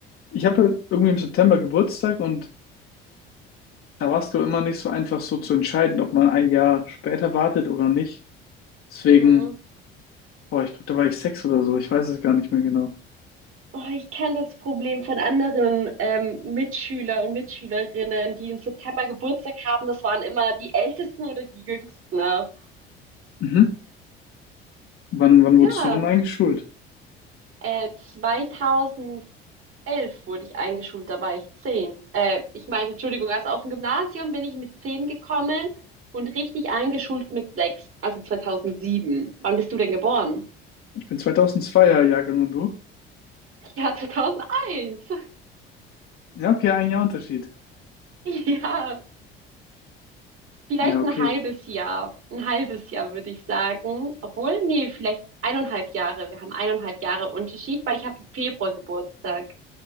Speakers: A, on the left (about 45°); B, on the right (about 45°).
A: ich habe halt irgendwie im September Geburtstag und Da warst du immer nicht so einfach so zu entscheiden, ob man ein Jahr später wartet oder nicht. Deswegen,
B: Mhm.
A: boah, ich glaube, da war ich sechs oder so. Ich weiß es gar nicht mehr genau.
B: Oh, ich kenne das Problem von anderen ähm, Mitschüler und Mitschülerinnen, die im September Geburtstag haben. Das waren immer die Ältesten oder die Jüngsten. ne?
A: Mhm. Wann, wann wurdest
B: Ja,
A: du denn eingeschult?
B: äh, 2011 wurde ich eingeschult, da war ich 10. Äh, ich meinte, Entschuldigung, also auf dem Gymnasium bin ich mit 10 gekommen und richtig eingeschult mit 6, also 2007. Wann bist du denn geboren?
A: Ich bin 2002er Jahrgang und du?
B: Ja, 2001. <laughs>
A: Ja, okay, ein Jahr Unterschied.
B: Ja. Vielleicht
A: Ja, okay.
B: ein halbes Jahr. Ein halbes Jahr würde ich sagen. Obwohl, nee, vielleicht eineinhalb Jahre. Wir haben eineinhalb Jahre Unterschied, weil ich habe im Februar Geburtstag.